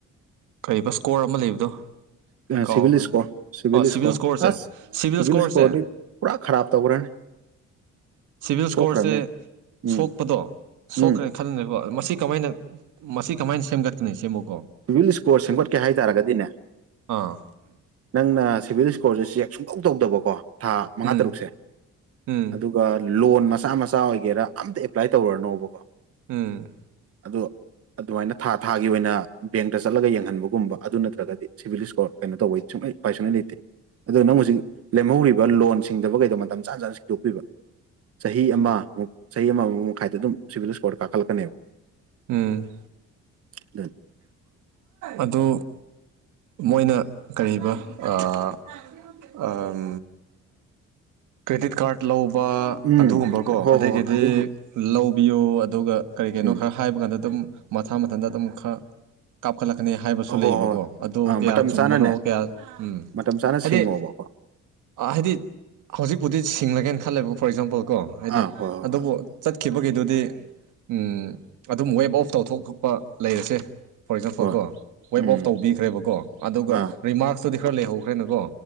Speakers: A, on the right; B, on the right.
A: ꯀꯔꯤꯕ ꯏꯁꯀꯣꯔ ꯑꯃ ꯂꯩꯕꯗꯣ ꯑꯩ ꯀꯥꯎꯈ꯭ꯔꯦ
B: ꯁꯤꯚꯤꯜ ꯏꯁꯀꯣꯔ ꯁꯤꯚꯤꯜ
A: ꯑꯣ
B: ꯏꯁꯀꯣꯔ
A: ꯏꯁꯀꯣꯔꯁꯦ
B: ꯑꯁ ꯁꯤꯚꯤꯜ
A: ꯏꯁꯀꯣꯔꯁꯦ
B: ꯏꯁꯀꯣꯔꯗꯤ ꯄꯨꯔꯥ ꯈꯔꯥꯞ ꯇꯧꯈ꯭ꯔꯅꯤ <inaudible>
A: ꯁꯤꯚꯤꯜ ꯏꯁꯀꯣꯔꯁꯦ
B: ꯁꯣꯛꯈ꯭ꯔꯅꯤ ꯎꯝ
A: ꯁꯣꯛꯄꯗꯣ ꯁꯣꯛꯈ꯭ꯔꯦ
B: ꯎꯝ
A: ꯈꯟꯒ꯭ꯔꯦꯀꯣ ꯃꯁꯤ ꯀꯃꯥꯏꯅ ꯃꯁꯤ ꯀꯃꯥꯏꯅ ꯁꯦꯝꯒꯠꯀꯅꯤ ꯁꯤꯃꯨꯛ
B: ꯁꯤꯚꯤꯜ ꯏꯁꯀꯣꯔ ꯁꯦꯝꯒꯠꯀꯦ ꯍꯥꯏ ꯇꯥꯔꯒꯗꯤꯅꯦ
A: ꯑꯥ
B: ꯅꯪꯅ ꯁꯤꯚꯤꯜ ꯏꯁꯀꯣꯔꯁꯦ ꯆꯦꯛ ꯁꯨꯡꯇꯧ ꯇꯧꯗꯕꯀꯣ ꯊꯥ ꯃꯉꯥ
A: ꯎꯝ
B: ꯇꯔꯨꯛꯁꯦ
A: ꯎꯝ
B: ꯑꯗꯨꯒ ꯂꯣꯟ ꯃꯆꯥ ꯃꯆꯥ ꯑꯣꯏꯒꯦꯔꯥ ꯑꯝꯇ ꯑꯦꯄ꯭ꯂꯥꯏ ꯇꯧꯔꯅꯣꯕꯀꯣ
A: ꯎꯝ
B: ꯑꯗꯣ ꯑꯗꯨꯃꯥꯏꯅ ꯊꯥ ꯊꯥꯒꯤ ꯑꯣꯏꯅ ꯕꯦꯡꯇ ꯆꯠꯂꯒ ꯌꯦꯡꯍꯟꯕꯒꯨꯝꯕ ꯑꯗꯨ ꯅꯠꯇ꯭ꯔꯒꯗꯤ ꯁꯤꯚꯤꯜ ꯏꯁꯀꯣꯔ ꯀꯩꯅꯣ ꯇꯧꯕꯩ ꯁꯨꯡꯂꯩ ꯎꯄꯥꯏ ꯁꯨꯡꯂꯩ ꯂꯩꯇꯦ ꯑꯗꯨ ꯅꯪ ꯍꯨꯖꯤꯛ ꯂꯦꯝꯍꯧꯔꯤꯕ ꯂꯣꯟꯁꯤꯡꯗꯕꯒꯩꯗꯣ ꯃꯇꯝ ꯆꯥꯟ ꯆꯥꯅ ꯁꯤꯡꯗꯣꯛꯄꯤꯕ ꯆꯍꯤ ꯍꯤ ꯑꯃ ꯃꯨꯛ ꯆꯍꯤ ꯑꯃꯃꯨꯛ ꯃꯈꯥꯏꯗ ꯑꯗꯨꯝ ꯁꯤꯚꯤꯜ ꯏꯁꯀꯣꯔꯗꯣ ꯀꯥꯈꯠꯂꯛꯀꯅꯦꯕ
A: ꯎꯝ
B: ꯑꯗꯨꯅꯤ
A: ꯑꯗꯨ ꯃꯣꯏꯅ ꯀꯔꯤꯕ ꯑꯥ ꯑꯝ ꯀ꯭ꯔꯦꯗꯤꯠ ꯀꯥꯔꯠ ꯂꯧ ꯕ
B: ꯎꯝ
A: ꯑꯗꯨꯒꯨꯝꯕꯀꯣ
B: ꯍꯣꯏ
A: ꯑꯗꯩꯒꯤꯗꯤ
B: ꯍꯣꯏ ꯑꯗꯨꯒꯤ
A: ꯂꯧꯕꯤꯌꯣ ꯑꯗꯨꯒ ꯀꯔꯤꯒꯤꯅꯣ
B: ꯎꯝ
A: ꯈꯔ ꯍꯥꯏꯕ ꯀꯥꯟꯗ ꯑꯗꯨꯝ ꯃꯊꯥ ꯃꯊꯟꯇ ꯑꯗꯨꯝ ꯈꯔ ꯀꯥꯞꯈꯠꯂꯛꯀꯅꯤ ꯍꯥꯏꯕꯁꯨ
B: ꯍꯣꯏ ꯍꯣꯏ
A: ꯂꯩꯌꯦꯕꯀꯣ
B: ꯍꯣꯏ
A: ꯑꯗꯣ
B: ꯑꯥ
A: ꯀꯌꯥ
B: ꯃꯇꯝ
A: ꯆꯨꯝꯕꯅꯣ
B: ꯆꯥꯅꯅꯦ
A: ꯀꯌꯥ ꯎꯝ
B: ꯃꯇꯝ ꯆꯥꯅ
A: ꯍꯥꯏꯗꯤ
B: ꯁꯤꯡꯉꯣꯕꯀꯣ
A: ꯑ ꯍꯥꯏꯗꯤ ꯍꯧꯖꯤꯛꯄꯨꯗꯤ ꯁꯤꯡꯂꯒꯦꯟ ꯈꯜꯂꯦꯕ ꯐꯣꯔ ꯑꯦꯛꯖꯥꯝꯄꯜ ꯀꯣ ꯍꯥꯏꯗꯤ
B: ꯑꯥ ꯍꯣꯏ ꯍꯣꯏ
A: ꯑꯗꯨꯕꯨ
B: ꯍꯣꯏ
A: ꯆꯠꯈꯤꯕꯒꯤꯗꯨꯗꯤ ꯎꯝ ꯑꯗꯨꯝ ꯋꯦꯞ ꯑꯣꯐ ꯇꯧꯊꯣꯛꯄ ꯂꯩꯔꯁꯦ ꯐꯣꯔ ꯑꯦꯛꯖꯥꯝꯄꯜ
B: ꯍꯣꯏ
A: ꯀꯣ ꯋꯦꯞ
B: ꯎꯝ
A: ꯑꯣꯐ ꯇꯧꯕꯤꯈ꯭ꯔꯦꯕꯀꯣ ꯑꯗꯨꯒ
B: ꯑꯥ
A: ꯔꯤꯃꯥꯛꯁꯇꯨꯗꯤ ꯈꯔ ꯂꯩꯍꯧꯈ꯭ꯔꯦꯅꯀꯣ